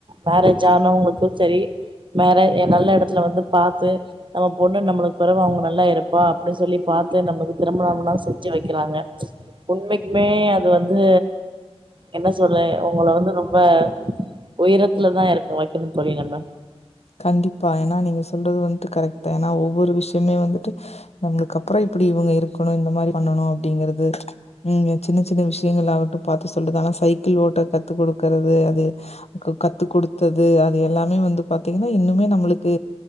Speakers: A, on the right; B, on the left.
A: மேரேஜ் ஆனவங்களுக்கும் செரி மேரேஜ் என் நல்ல இடத்துல வந்து பாத்து நம்ம பொண்ணு நம்மளுக்கு பிறகு அவங்க நல்லா இருப்பா அப்படின்னு சொல்லி பார்த்து நம்மளுக்கு திருமணம் நா செஞ்சு வைக்கிறாங்க உண்மைக்குமே அது வந்து என்ன சொல்ற உங்களா வந்து ரொம்ப உயரத்துலதான் இருக்க வைக்கணும்ன்னு தோழி நம்ம
B: கண்டிப்பா ஏன்னா நீங்க சொல்றது வந்துட்டு கரெக்ட்டா ஏன்னா ஒவ்வொரு விஷயமே வந்துட்டு நம்மளுக்கு அப்பறோ இப்டி இவுங்க இருக்கணும் இந்த மாதிரி பண்ணணும் அப்டிங்கறது ம் சின்ன சின்ன விஷயங்களாகட்டும் பார்த்து சொல்றது ஆனா சைக்கிள் ஓட்ட கத்து குடுக்கறது அது கத்து குடுத்தது அது எல்லாமே வந்து பாத்தீங்கன்னா இன்னுமே நமளுக்கு